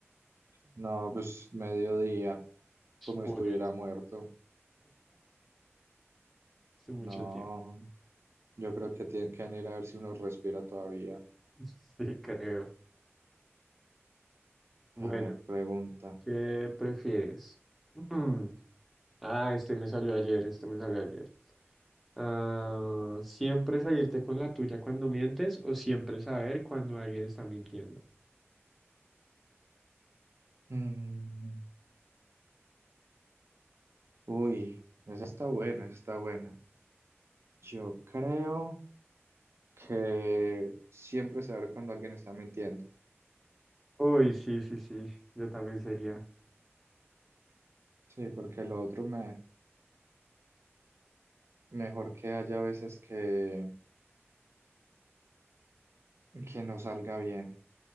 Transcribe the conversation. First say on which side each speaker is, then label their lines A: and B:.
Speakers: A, on the right; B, in the centre.
A: No, pues mediodía, como
B: Por
A: estuviera
B: eso,
A: muerto.
B: es mucho
A: No,
B: tiempo.
A: yo creo que tienen que venir a ver si uno respira todavía.
B: <laughs> Sí, creo. Bueno,
A: A ver, pregunta.
B: ¿qué prefieres? <clears throat> Mm, Ah, este me salió ayer, este me salió ayer. Ah, ¿siempre salirte con la tuya cuando mientes o siempre saber cuando alguien está mintiendo?
A: Mm, uy, esa está buena, esa está buena. Yo creo que siempre saber cuando alguien está mintiendo.
B: Uy, sí, sí, sí, yo también sería.
A: Sí, porque lo otro me mejor que haya veces que, que no salga bien.